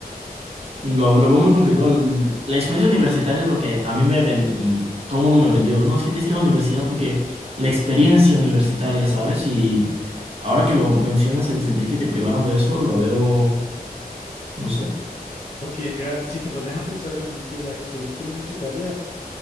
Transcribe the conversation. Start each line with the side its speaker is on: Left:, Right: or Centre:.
Right: lo, lo veo muy complicado. El- La experiencia universitaria es lo que a mí me ven, mm, todo el mundo me vendió. No, es que tienes que ir a la universidad porque la experiencia universitaria, ¿sabes? Y ahora que lo mencionas, el sentir que te privaron de eso, lo veo, no sé.
Left: Porque ra- si te pones a pensar realmente la experiencia universitaria,